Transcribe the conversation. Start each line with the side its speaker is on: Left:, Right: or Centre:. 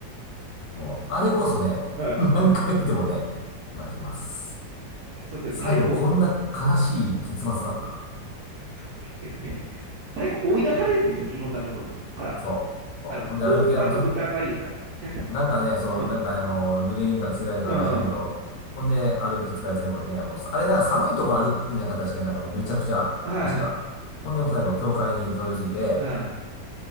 Left: もう、あれこそね、
Right: は
Left: 何回見てもね、泣きます。
Right: い。そして最後、
Left: 最後こんな悲しい結末なんだ。
Right: そうでしたよね。最後、追い出されるんですよね、いろんなところにから。
Left: そう。そうほんで歩きや、
Right: あの、交換の疑いですかね。
Left: ずっ
Right: 違いました
Left: なんかね、そう、
Right: うん。
Left: なんかあの、濡れ衣が着せられた感じがしないけど、
Right: うん。は
Left: ほんで歩き疲れて最後ね、もう、あれだから寒いところ歩くんじゃなかったし、なんかもうめちゃくちゃ、
Right: い。
Left: 確か。ほんでもう最後、教会にたどり着いて、
Right: はい。